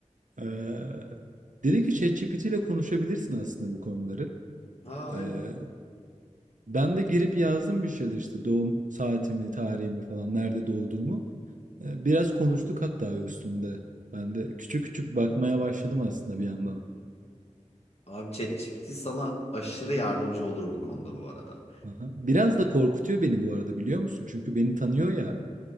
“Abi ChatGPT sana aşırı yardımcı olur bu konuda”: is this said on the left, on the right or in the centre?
Left